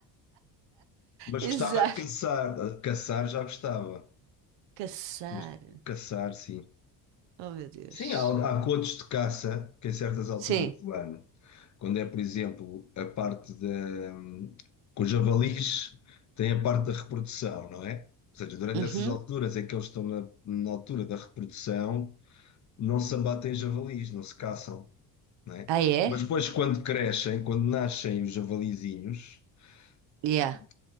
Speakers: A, on the left; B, on the right.
A: Mas
B: Exato.
A: gostava de caçar. Ah, Caçar já gostava.
B: Caçar.
A: Mas caçar, sim.
B: Oh, meu Deus.
A: Sim, há, há contos de caça que, em certas alturas
B: Sim.
A: do ano, quando é, por exemplo, a parte da. com os javalis, tem a parte da reprodução, não é? Ou seja, durante
B: Uhum.
A: essas alturas em que eles estão na, na altura da reprodução, não se abatem javalis, não se caçam, não é?
B: Ah, é?
A: Mas depois, quando crescem, quando nascem os javalizinhos.
B: Yeah.
A: Ou